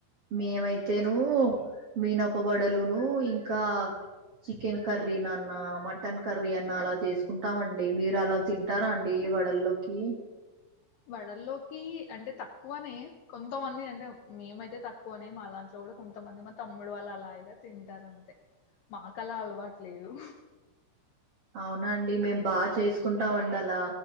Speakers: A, on the right; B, on the left.
A: మేమైతేను మీన ఓక వడలు. ను ఇంకా చికెన్ కర్రీ నా అన్నా మటన్ కర్రీ అన్నా అలా చేసుకుంటామండి మీరు అలా తింటారా అండి వడల్లోకి.
B: వడల్లోకి అంటే తక్కువనే కొంతమంది అంటే మేమైతే తక్కువనే మా అంట్లో కూడా కొంతమంది మా తమ్ముడు వాళ్ళు అలా ఇలా తింటారు అంతే మాకలా అలవాటులేదు.
A: అవునా అండి మేం బాగా చేసుకుంటాం అండి అలా.